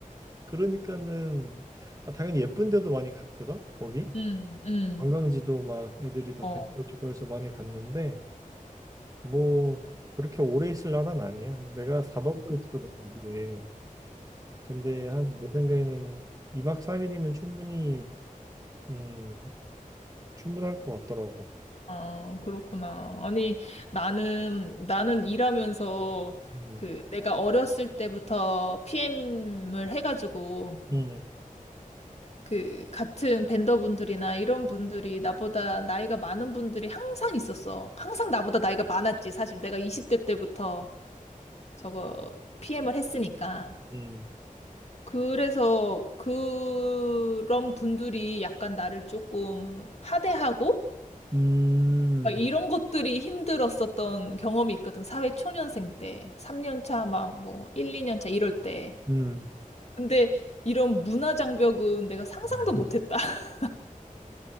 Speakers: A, on the right (about 25°); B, on the left (about 50°).
A: 그러니까는 아, 당연히 예쁜 데도 많이 갔거든, 거기.
B: 음, 음.
A: 관광지도 막 애들이 다
B: 어,
A: 데려다 주고 해서 많이 갔는데 뭐 그렇게 오래 있을 날은 아니야. 내가 4박을 있었거든, 거기에. 근데 한 내 생각에는 2박 3일이면 충분히 음, 충분할 것 같더라고.
B: 아, 그렇구나. 아니, 나는, 나는 일하면서
A: 음,
B: 그 내가 어렸을 때부터 PM을 해가지고
A: 음,
B: 그 같은 벤더분들이나 이런 분들이 나보다 나이가 많은 분들이 항상 있었어. 항상 나보다 나이가 많았지. 사실 내가 20대 때부터 저거 PM을 했으니까.
A: 음,
B: 그래서 그런 분들이 약간 나를 조금 하대하고
A: 음,
B: 막 이런 것들이 힘들었었던 경험이 있거든. 사회 초년생 때, 3년 차 막 뭐 1, 2년 차 이럴 때.
A: 음.
B: 근데 이런 문화 장벽은 내가 상상도
A: <laughs>
B: 못했다. <laughs>